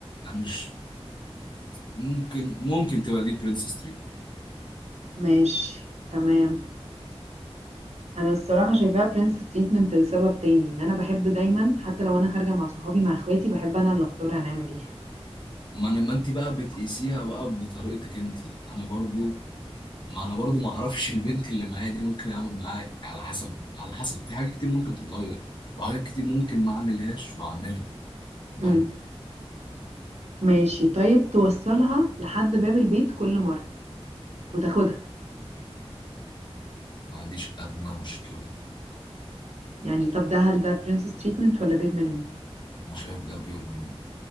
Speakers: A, on the left; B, on the right.
A: انا مش ممكن ممكن تبقى دي برنس ستريت
B: ماشي تمام انا الصراحة شايفاها برنسس تريتمنت لسبب تاني ان انا بحب دايما حتى لو انا خارجة مع صحابي مع اخواتي بحب انا اللي اختار هنعمل ايه
A: ما انا ما انت بقى بتقيسيها بقى بطريقتك انت انا برضو ما انا برضو ما اعرفش البنت اللي معايا دي ممكن اعمل معاها على حسب على حسب في حاجات كتير ممكن تتغير وحاجات كتير ممكن ما اعملهاش واعملها برضو
B: مم. ماشي طيب توصلها لحد باب البيت كل مرة وتاخدها
A: ما عنديش ادنى مشكله
B: يعني طب ده هل ده برنسس تريتمنت ولا بير مينيمم
A: انا شايف ده بيرمي